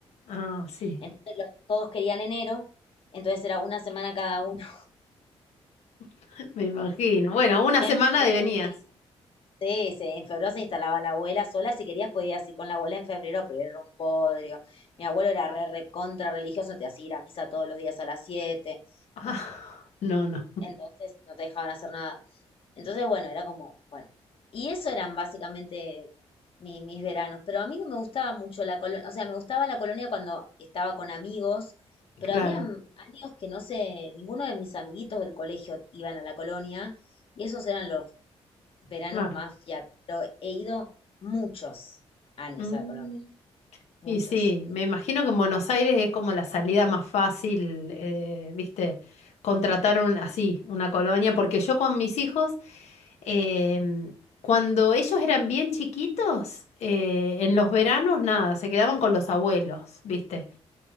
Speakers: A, on the left; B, on the left.
A: Ah, sí,
B: Entonces los- todos querían enero, entonces era una semana cada uno.
A: <laughs> me imagino. Bueno, una semana
B: En Febrero
A: de venías.
B: se, sí, se- en febrero se instalaba la abuela sola, si querías podías ir con la abuela en febrero, pero era un bodrio. Mi abuelo era re re contra religioso, te hacía ir a misa todos los días a las siete,
A: Ah,
B: No,
A: <laughs> no, no.
B: Entonces no te dejaban hacer nada. Entonces, bueno, era como, bueno. Y eso eran básicamente mi- mis veranos. Pero a mí no me gustaba mucho la colonia. O sea, me gustaba la colonia cuando estaba con amigos. Pero
A: Claro,
B: había años que no sé, ninguno de mis amiguitos del colegio iban a la colonia. Y esos eran los veranos
A: claro.
B: más fiacos. Pero he ido muchos años
A: Mm.
B: a la colonia. Muchos.
A: Y sí, me imagino que en Buenos Aires es como la salida más fácil, eh, viste, contratar un, así, una colonia, porque yo con mis hijos, em, cuando ellos eran bien chiquitos, eh, en los veranos nada, se quedaban con los abuelos, viste,